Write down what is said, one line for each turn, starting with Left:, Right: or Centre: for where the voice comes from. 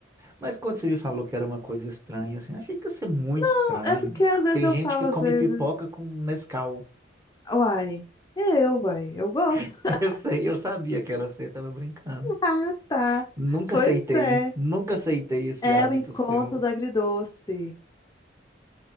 Right: Mas quando você me falou que era uma coisa estranha, assim, achei que ia ser muito
Left: <laughs>
Right: estranho.
Left: é porque às vezes
Right: Tem
Left: eu
Right: gente
Left: falo,
Right: que come
Left: às vezes,
Right: pipoca com Nescau.
Left: uai, eu, uai, eu gosto.
Right: <laughs>
Left: <laughs>
Right: Eu sei, eu sabia que era você, eu tava brincando.
Left: Ah, tá.
Right: Nunca
Left: Pois
Right: aceitei,
Left: é.
Right: nunca aceitei esse
Left: É
Right: hábito
Left: o encontro
Right: seu.
Left: do agridoce.